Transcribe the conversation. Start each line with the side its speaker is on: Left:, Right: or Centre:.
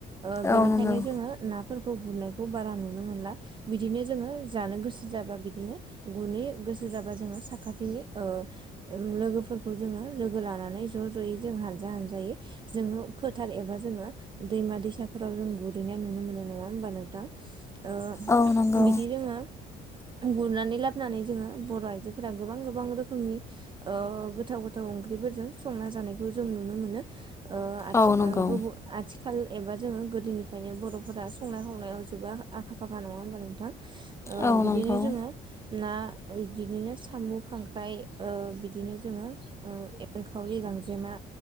Right: ओ बेनिखायनो
Left: औ नंगौ
Right: जोंङो नाफोरखौ गुरनायखौ बारा नुनो मोना। मोनला बिदिनो‌ जोंङो जानो गोसो जाबा बिदिनो गुरहैयो गोसो जाबा जोंङो साखाथि थि ओ लोगोफोरखौ जोंङो लोगो लानानै ज' ज'यै जों हानजा हानजायै जों ओ फोथार एबा जोङो दैमा दैसाफोराव जों गुरैनाय नुनो मोनो नंङा होमबा नोंथां? ओ
Left: औ नंगौ।
Right: बिदि <inaudible> गुरनानै लाबोनानै जोंङो बर' आइजोफोरा गोबां गोबां रोखोमनि ओ गोथाव गोथाव ओंख्रि फोरजों संना जानायखौ जों नुनो मोनो ओ आथि
Left: औ नंगौ
Right: ओ गुबून आथिखाल एबा जोंङो गोदोनिफ्रायनो बर'फोरा संनाय खावनायाव जोबो आखा फाखा नंङा होमबा नोंथां? ओ
Left: औ
Right: बिदिनो
Left: नंगौ
Right: जोंङो ना बिदिनो साम', खांख्राइ ओ बिदिनो जोंङो ओ एनखावरि गांजेमा